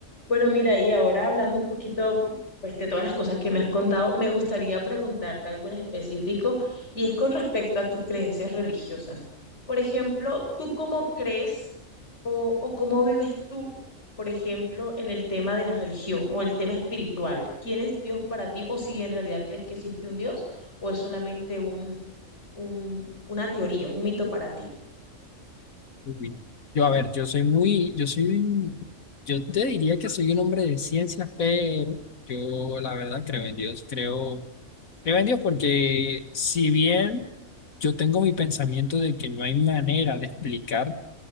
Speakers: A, on the left; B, on the left.
A: Bueno, mira, y ahora hablando un poquito pues, de todas las cosas que me has contado, me gustaría preguntarte algo en específico y es con respecto a tus creencias religiosas. Por ejemplo, ¿tú cómo crees o, o cómo vives tú, por ejemplo, en el tema de la religión o el tema espiritual? ¿Quién es Dios para ti o si en realidad crees que existe un Dios o es solamente un, un, una teoría, un mito para ti?
B: Uy. Yo, a ver, yo soy muy, yo soy un- yo te diría que soy un hombre de ciencias, pero yo la verdad creo en Dios, creo, creo en Dios porque si bien yo tengo mi pensamiento de que no hay manera de explicar